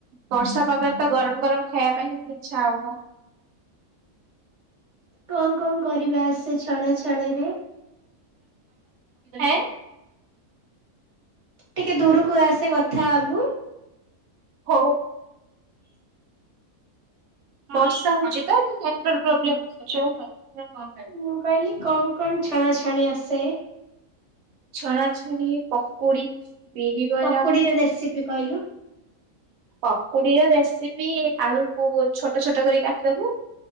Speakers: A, on the right; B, on the right.
A: ବର୍ଷା ପାଗରେ ତ ଗରମ ଗରମ ଖାୟା ପାଇଁ ହିଁ ଇଚ୍ଛା ହବ।
B: କଁ କଁ କରିବା ଆସେ ଛଣା ଛଣି ରେ?
A: ହେଁ
B: ଟିକେ ଦୂରୁକୁ ଆସେ କଥା ହବୁ।
A: ହଉ। ବର୍ଷା ହଉଚି ତ ନେଟ୍ ୱର୍କ ପ୍ରୋବ୍ଲେମ୍ ଯୋଉ <inaudible>
B: ମୁଁ କହିଲି କଣ କଣ ଛଣାଛଣି ଆସେ?
A: ଛଣାଛଣି ପକୁଡି ବିରି ବରା
B: ପକୁଡିର ରେସିପି କଇଲୁ
A: ପକୁଡିର ରେସିପି ଆଳୁକୁ ଛୋଟ ଛୋଟ କରି କାଟିଦବୁ